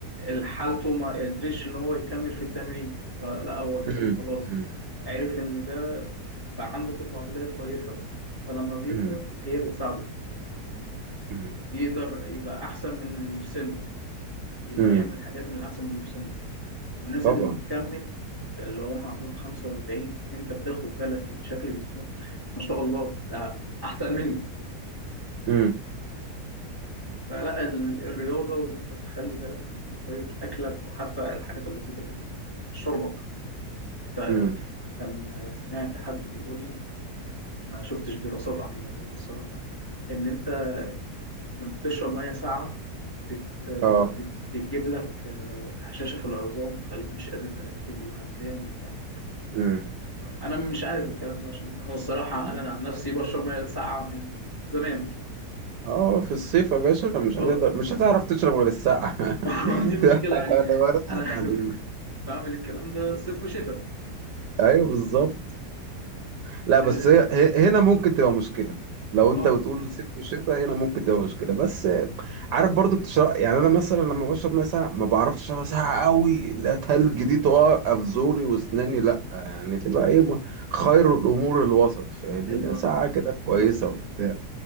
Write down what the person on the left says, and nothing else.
ال- حالته ما قدرش ان هو يكمل في التمرين فلا هو جسمه
خلاص
عرف إن ده بقى عنده كتلة عضلية كويسة فلما بيكبر
هي بتساعده
يقدر يبقى أحسن من اللي في سنه يقدر
يعمل حاجات من الأحسن من اللي في سنه والناس
اللي بتكمل اللي هم عندهم 45 أنت بتاخد بالك إن شكل جسمهم ما شاء الله ده أحسن مني
فلا ال- الرياضة وإن أنت تخلي بالك من طريقة أكلك وحتى الحاجات البسيطة جدا يعني شربك ده
كان سمعت حد بيقول لي ما شفتش دراسات عن الموضوع ده الصراحة إن أنت لما بتشرب مية ساقعة بت...
بت... بتجيب لك آه، هشاشة في العظام وتخليك مش قادر تركز وهمدان وبتاع
أنا مش عارف الكلام ده عشان أنا الصراحة
أنا عن نفسي بشرب مية ساقعة من زمان
أه
<laughs> ما دي المشكلة يعني
أنا
<laughs> بعمل الكلام ده صيف وشتاء
أه
ما-
آه،
أيوه
بالظبط